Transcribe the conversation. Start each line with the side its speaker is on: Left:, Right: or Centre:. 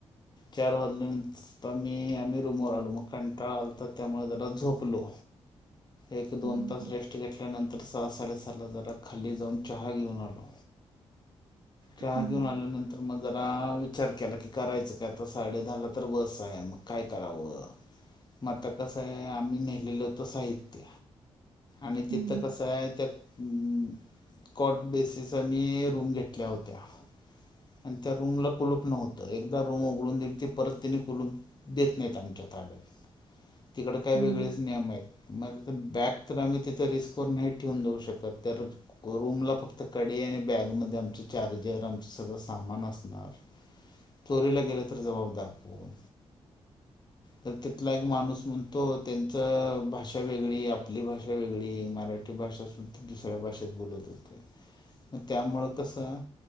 Left: चार वाजले, मी आम्ही रूमवर आलो, मग कंटाळा आलता त्यामुळे जरा झोपलो. एक - दोन
Right: हम्म
Left: तास रेस्ट घेतल्यानंतर स हा -साडेसहा ला जरा खाली जाऊन चहा घेऊन आलो, चहा
Right: हम्म
Left: घेऊन आल्यानंतर तर मग जरा विचार केला की, करायचं आता साडे दहा ला तर बस आहे, मग काय करावं? म आता कसं आहे, आम्ही नेलेलो होतो साहित्य आणि
Right: हम्म
Left: तिथं कसं आहे त्या अं कॉट बेसीस आणि रूम घेतल्या होत्या. आणि त्या रूमला कुलूप नव्हतं, एकदा रु म उघडून दिलती, परत तेनी खुलून देत नाहीत आमच्या ताब्यात. तिकडं काय
Right: हम्म
Left: वेगळेच नियम आहेत. मग बॅग तर आम्ही तिथं रिस्कवर नाही ठेवून जाऊ शकत, तर रूमला फक्त कडी आणि बॅगमध्ये आमचं चार्जर, आमचं सगळं सामान असणार. चोरीला गेलं तर जबाबदार कोण? तर तिथला एक माणूस म्हणतो, त्यांचं भाषा वेगळी आपली भाषा वेगळी, मराठ् ठी भाषा असुन दुसऱ्या भाषेत बोलत होते. मग त्यामुळेळ कसं,